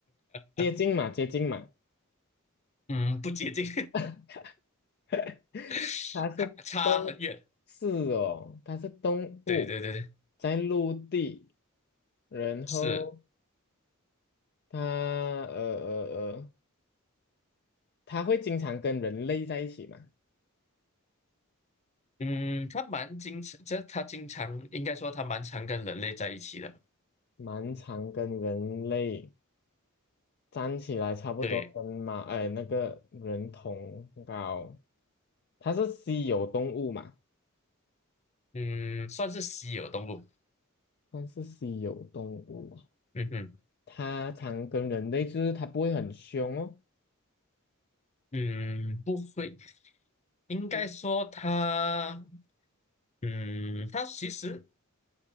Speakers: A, on the left (about 50°); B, on the left (about 30°).
A: 接近嘛，
B: 啊，
A: 接近嘛。
B: 嗯，不接近，
A: <laughs> <laughs>
B: <laughs>
A: 它是动，
B: 差差很远。
A: 是哦，它是动物，
B: 对对对对，
A: 在陆地，然后
B: 是，
A: 它呃呃呃，它会经常跟人类在一起嘛，
B: 嗯，它蛮经常，这它经常应该说它蛮常跟人类在一起的。
A: 蛮常跟人类站起来，差不多跟马哎那个人同高，
B: 对，
A: 它是稀有动物嘛，
B: 嗯，算是稀有动物。
A: 算是稀有动物啊
B: 嗯哼，
A: 它常跟人类，就是它不会很凶哦。
B: 嗯，不会。应该说他，
A: O-
B: 嗯，他其实，